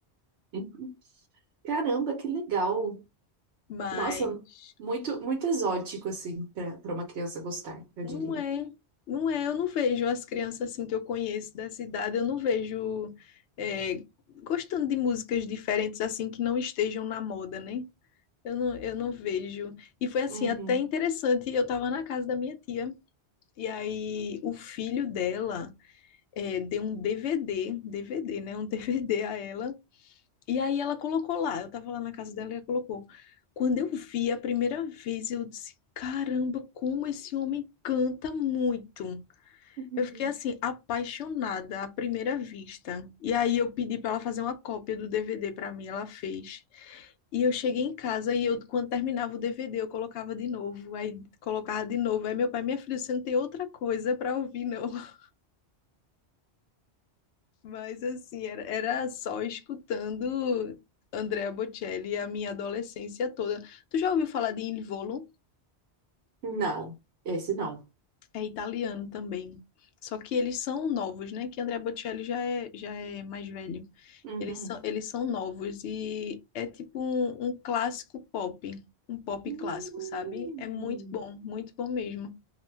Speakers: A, on the right; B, on the left.
A: Uhum. Caramba, que legal.
B: Mas
A: Nossa, muito, muito exótico, assim, pra, pra uma criança gostar, eu
B: Não
A: diria.
B: é, não é. Eu não vejo as crianças assim que eu conheço dessa idade, eu não vejo é, gostando de músicas diferentes assim que não estejam na moda, né? Eu não, eu não vejo. E foi assim,
A: Uhum.
B: até interessante. Eu estava na casa da minha tia, e aí o filho dela é, deu um DVD, DVD, né? Um <laughs> DVD a ela. E aí ela colocou lá. Eu estava lá na casa dela e ela colocou. Quando eu vi a primeira vez, eu disse: Caramba, como esse homem canta muito.
A: Uhum.
B: Eu fiquei assim, apaixonada à primeira vista. E aí eu pedi para ela fazer uma cópia do DVD para mim, ela fez. E eu cheguei em casa e eu, quando terminava o DVD, eu colocava de novo, aí colocava de novo. Aí meu pai, minha filha, você não tem outra coisa para ouvir, não. <laughs> Mas assim, era, era só escutando Andrea Bocelli a minha adolescência toda. Tu já ouviu falar de Il Volo?
A: Não, esse não.
B: É italiano também. Só que eles são novos, né? Que Andrea Bocelli já é, já é mais velho.
A: Uhum.
B: Eles são, eles são novos e é tipo um, um clássico pop, um pop
A: Hum.
B: clássico, sabe? É muito bom, muito bom mesmo.